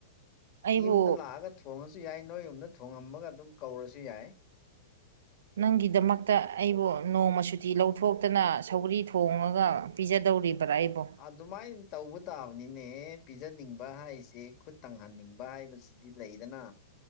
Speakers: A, on the right; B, on the left.
A: ꯑꯩꯕꯨ
B: ꯌꯨꯝꯗ ꯂꯥꯛꯑꯒ ꯊꯣꯡꯉꯁꯨ ꯌꯥꯏ ꯅꯣꯏ ꯌꯨꯝꯗ ꯊꯣꯉꯝꯃꯒ ꯑꯗꯨꯝ ꯀꯧꯔꯁꯨ ꯌꯥꯏ
A: ꯅꯪꯒꯤꯗꯃꯛꯇ ꯑꯩꯕꯨ ꯅꯣꯡꯃ ꯁꯨꯇꯤ ꯂꯧꯊꯣꯛꯇꯅ ꯁꯧꯒ꯭ꯔꯤ ꯊꯣꯡꯉꯒ ꯄꯤꯖꯗꯧꯔꯤꯕ꯭ꯔꯥ ꯑꯩꯕꯣ
B: ꯑꯗꯨꯃꯥꯏꯅ ꯇꯧꯕ ꯇꯥꯕꯅꯤꯅꯦ ꯄꯤꯖꯅꯤꯡꯕ ꯍꯥꯏꯁꯦ ꯈꯨꯠ ꯇꯪꯍꯟꯅꯤꯡꯕ ꯍꯥꯏꯕꯁꯦ ꯗꯤ ꯂꯩꯗꯅ